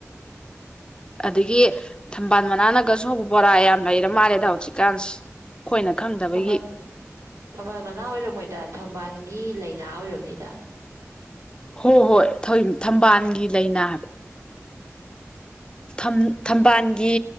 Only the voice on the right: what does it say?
ꯊꯝꯕꯥꯜ ꯊꯝꯕꯥꯜ ꯃꯅꯥ ꯑꯣꯏꯔꯝꯃꯣꯏꯗ ꯊꯝꯕꯥꯜ ꯒꯤ ꯂꯥꯏꯅꯥ ꯑꯣꯏꯔꯕꯅꯤꯗ